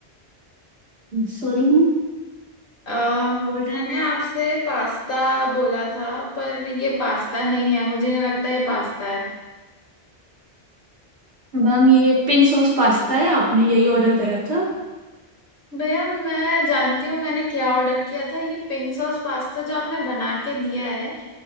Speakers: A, on the right (about 75°); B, on the left (about 50°).
A: Sorry ma'am
B: अ,
A: व्हाट
B: मैंने आपसे पास्ता बोला था पर ये पास्ता नहीं है मुझे नहीं लगता ये पास्ता है
A: मैम ये पिंक सॉस पास्ता है आपने यही ऑर्डर करा था
B: भैया मैं जानती हूँ मैंने क्या ऑर्डर किया था ये पिंक सॉस पास्ता जो आपने बना के दिया है